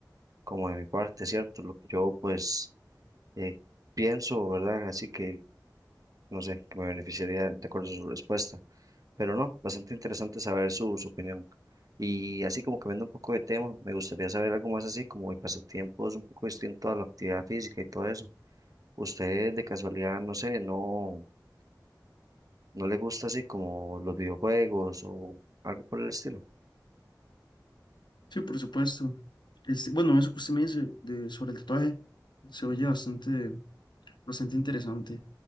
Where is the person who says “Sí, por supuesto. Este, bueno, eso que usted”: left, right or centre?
Left